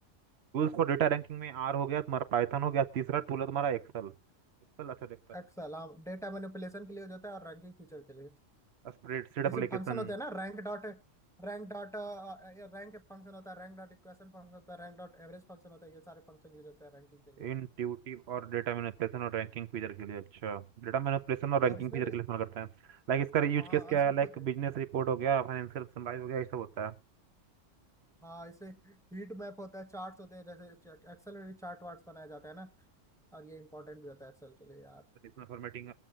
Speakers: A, on the right (about 60°); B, in the centre.
A: टूल्स फॉर डेटा रैंकिंग में आर हो गया तुम्हारा पाइथन हो गया तीसरा टूल है तुम्हारा एक्सेल एक्सेल अच्छा एक्सेल
B: एक्सेल हाँ डेटा मैनिपुलेशन के लिए हो जाता है और रैंकिंग फीचर के लिए
A: स्प्रेडशीट
B: जैसे
A: एप्लीकेशन
B: फंक्शन होते हैं ना rank dot rank dot rank function होता है रैंक डॉट इक्वेशन फंक्शन होता है रैंक डॉट एवरेज फंक्शन होता है ये सारे फंक्शन यूज होते हैं रैंकिंग के लिए
A: इंट्यूटिव और डेटा मैनिपुलेशन और रैंकिंग फीचर के लिए अच्छा डेटा मैनिपुलेशन और रैंकिंग
B: और इसमें
A: फीचर
B: भी
A: के लिए इस्तेमाल करते हैं लाइक इसका यूज
B: हाँ
A: केस क्या
B: इसमें
A: है लाइक
B: खुद
A: बिजनेस रिपोर्ट हो गया फाइनेंशियल समराइज हो गया ये सब होता है
B: हाँ इसे हीट मैप होता है चार्ट्स होते हैं जैसे एक्सेल में भी चार्ट वार्ट्स बनाया जाता है ना और ये इंपॉर्टेंट भी होता है एक्सेल के लिए यार
A: तो इसमें फॉर्मेटिंग